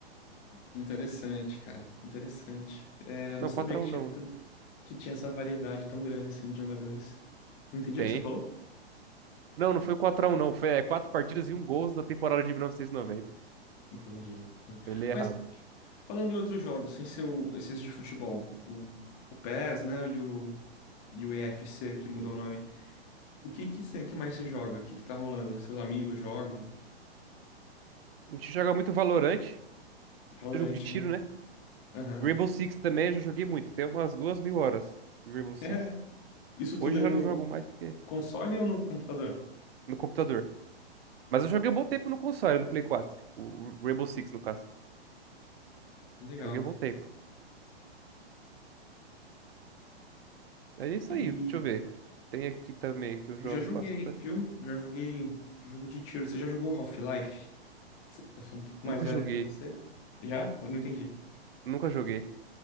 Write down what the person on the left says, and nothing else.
Interessante, cara. Interessante. É, eu não
sabia
que
tinha,
tan- que tinha essa variedade tão grande assim de jogadores. Não entendi
o que você falou?
Entendi, entendi.
Mas
falando em outros jogos, sem ser o- esses de futebol, o, o PES, né, e o, e o EFC que mudou o nome. O que que, cê- que mais você joga? O que que tá rolando? Seus amigos jogam?
Valorant,
né?
Aham.
<laughs>
É. Isso tudo
é
no
console ou no computador?
Que Legal.
E
já joguei,
viu? Já joguei jogo de tiro. Você já jogou Half-Life? Cê- Eu sou um pouco
mais velho
que você. Já? Eu não entendi.